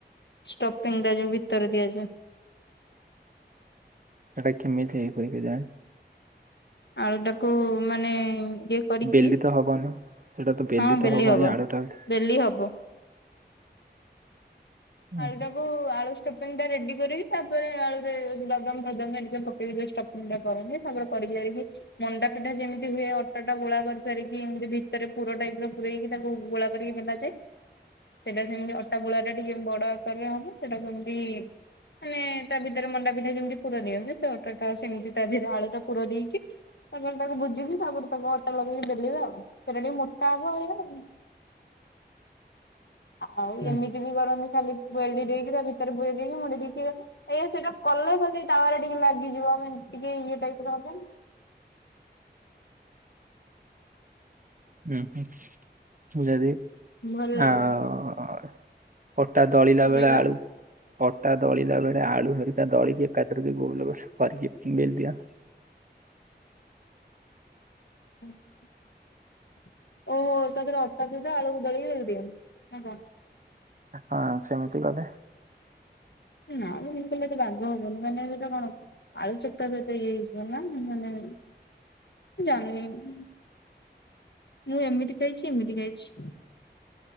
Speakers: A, on the left (about 75°); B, on the right (about 50°).
A: ଷ୍ଟପିଙ୍ଗ ଟା ଯୋଉ ଭିତରେ ଦିଆଯାଏ।
B: ସେଇଟା କେମିତି ହେଇ ଯାଏ।
A: <inaudible> ଆଳୁ ତାକୁ ମାନେ ଇଏ କରିକି
B: ବେଲି ତ ହବନି। ସେଇଟା ତ
A: ହଁ ବେଲି
B: ତ ହବନି
A: ହବ।
B: ଆଳୁଟା ହୁଁ
A: ବେଲି ହବ
B: ହୁଁ
A: ଆଳଟାକୁ ଆଳୁ ଟା ଷ୍ଟି ଟା ରେଡି କରିକି ତାପରେ ଆଳୁରେ ବାଦାମ ଫାଦମ ହେରିକା ପ। କେଇକିୋଉ ଟଫନିଂ ଟା କରନ୍ତି ତାପରେ କରିିକି ଯାଇ। ମଣ୍ଡା ପିଠା ଯେମିତି ହୁଏ ଅଟା ଗୋଳା କରି ସାରିକି ଏମିତି ଭିତରେ ପୁର ଟାଇପ ର ପଇକି ତାକୁ ଗୋଳା ଅଟା କରି କି ସେଇଟା ସେମିତି ଅଟା ଗୋଳା। ସେଇଟା ଟିକେ ବଡ ଆକାରରେ ହବ ସେଟା ସେମତି। ମାନେ ତା ଭିତରେ ମଣ୍ଡା ପିଠା ଯେମିତି ପୁର ଦିଅନ୍ତି ସେ ଅଟାଟା ସେମିତି ତାହରେ ଆଳୁ ଟ ପୁରା ଦେଇକି। ତାପରେ ତାକୁ ବୁଝିକି ତାପରେ ତାକୁ ଅଟା ଲଗେଇକି ବେଲିବା ଆଉ ସେଟା ଟିକେ ମୋଟା ହବ ଏଇ ଆଉ
B: ହୁଁ
A: ଏମିତି ବି କରନ୍ତି ଖାଲି ବେଲଡି ଦେଇକି ତା ଭିତରେ ବୁେଇ ଦେଇକି ମୁଡି ଦେଇକି ଏଇା ସେଇଟା କଲେ କଲେ ତାୱାରରେ ଟିକେ ଲାଗିଯିବ ମାନେ ଟିକେ ଇଏ ଟାଇପ ର ହବ।
B: ହଁ ହ ଯଦି
A: ଭଲ ଲାଗିବ।
B: ଆ ଉ ଅଟା ଦଳିଲା
A: କଣ
B: ବେଳେ
A: କହିଲ
B: ଆଳୁ ଅଟା ଦଳିଲା ବେଳେ ଆଳୁ ହେଉ ଦଳି ଦେଇ ଏକତରକ ଗୋବଲ ଫାରମିିଲଦଦିଅ।
A: <inaudible> ଓଃ ତା ଦେହରେ ଅଟା ସିଧା ଆଳୁକୁଦଳି ବେଲି ଦିଅନ୍ତି ନା କଣ।
B: ହଁ ସେମିତି କଲେ।
A: ନା ମୁଁ କିଲଲେ ଏତେ ବାଗ ହବନି ମାନେ ସେଟା କଣ ଆଳୁ ଚଟା ସହିତ ଇଏ ହେଇଯିବ ନା ମାନେ ଜାଣିନି ମୁଁ ଏମିତି ଖାଇଛି ଏମିତି ଖାଇଛି।